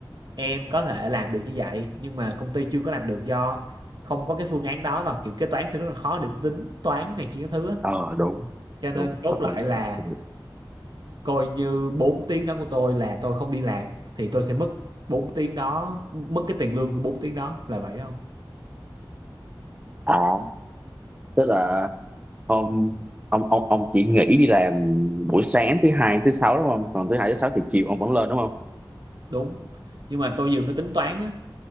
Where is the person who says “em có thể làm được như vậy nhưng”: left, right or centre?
Right